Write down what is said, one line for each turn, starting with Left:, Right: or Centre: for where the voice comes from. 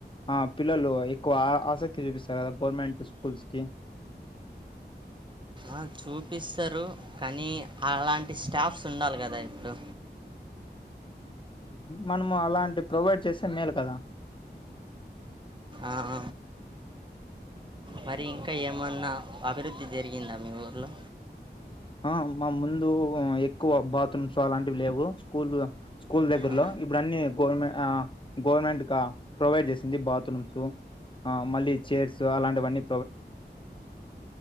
Left: ఆ పిల్లలు ఎక్కువ ఆసక్తి చూపిస్తార్ కదా గవర్నమెంట్ స్కూల్స్కి
Right: ఆ చూపిస్తరు కనీ అలాంటి స్టాఫ్స్ ఉండాల్ గదా ఇప్పుడు
Left: మనము అలాంటి ప్రొవైడ్ చేస్తే మేలు కదా
Right: ఆవ్ మరి ఇంక ఏమన్న అభివృద్ధి జరిగిందా మీ ఊర్లో?
Left: ఆ మా ముందు ఎక్కువ బాత్రూమ్స్ అలాంటివి లేవు స్కూల్ల స్కూల్ దగ్గర్లో
Right: ఆ,
Left: ఇప్పుడు అన్ని గవర్న ఆ గవర్నమెంట్క ప్రొవైడ్ చేస్ ది బాత్రుమ్స్ ఆ మళ్ళీ చైర్స్ అలాంటి వన్ని